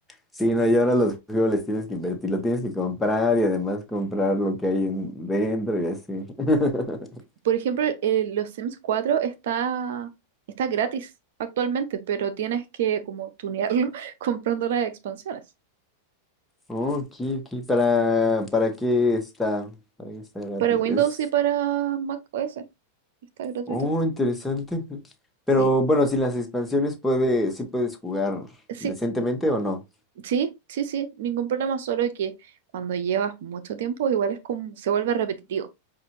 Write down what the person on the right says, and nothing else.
Por ejemplo, eh, los Sims 4 está, está gratis actualmente, pero tienes que como tunearlo <laughs> comprando las expansiones.
Para Windows
y para Mac OS está gratuito.
Sí,
sí,
sí, sí, sí, ningún problema, solo que cuando llevas mucho tiempo igual es como, se vuelve repetitivo.